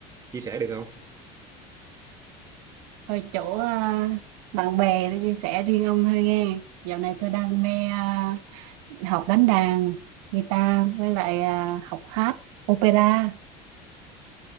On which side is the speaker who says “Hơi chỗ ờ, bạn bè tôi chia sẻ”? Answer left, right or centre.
Right